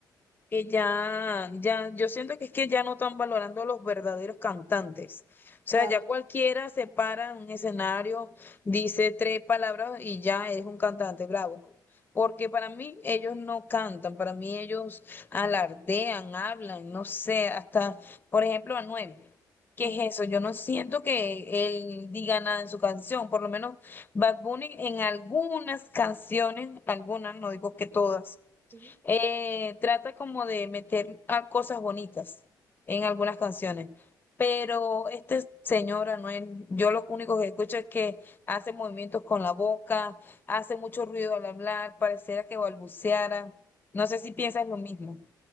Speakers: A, on the left; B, on the right.
A: que ya, ya, yo siento que es que ya no están valorando a los verdaderos cantantes. O sea,
B: Claro.
A: ya cualquiera se para en un escenario, dice tres palabras y ya es un cantante bravo. Porque para mí ellos no cantan, para mí ellos alardean, hablan, no sé, hasta, por ejemplo, Anuel. ¿Qué
B: Ujú,
A: es eso? Yo no siento que él diga nada en su canción, por lo menos Bad Bunny en algunas canciones, algunas, no digo que todas
B: ujú.
A: eh, trata como de meter a cosas bonitas en algunas canciones. Pero este señor Anuel, yo lo único que escucho es que hace movimientos con la boca, hace mucho ruido al hablar, pareciera que balbuceara. No sé si piensas lo mismo.